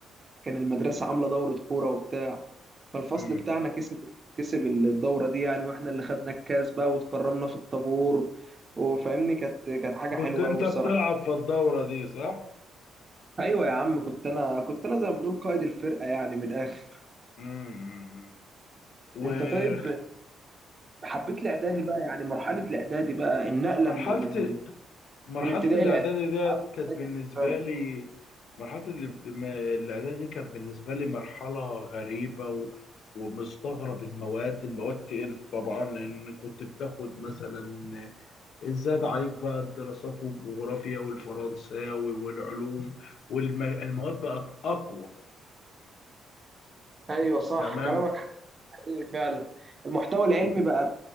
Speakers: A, on the right (about 30°); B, on the left (about 70°).
A: كان المدرسه عامله دوره كوره وبتاع فالفصل
B: امم
A: بتاعنا كسب كسب الدوره دي يعني واحنا اللي خدنا الكاس بقى واتكرمنا في الطابور وفاهمني كانت كانت حاجه
B: كنت
A: حلوه
B: انت
A: قوي بصراحه
B: بتلعب في الدوره دي صح
A: ايوه يا عم كنت انا كنت انا زي ما بنقول قائد الفرقه يعني من الاخر
B: امم ومع
A: انت طيب حبيت الاعدادي بقى يعني مرحله الاعدادي بقى النقله
B: مرحلة
A: من من
B: مرحلة
A: من ابتدائي
B: الإعدادي
A: لاعدادي
B: ديت
A: عامل ازاي
B: كانت بالنسبة
A: بالنسبه
B: لي
A: لك؟
B: مرحلة ال- م- الإعدادي دي كانت بالنسبة لي مرحلة غريبة و... ومستغرب المواد المواد تقلت طبعا لأن كنت بتاخد مثلا زاد عليك بقى الدراسات والجغرافيا والفرنساوي والعلوم والمواد بقت أقوى
A: ايوه صح
B: تمام
A: كلامك حقيقي فعلا المحتوى العلمي بقى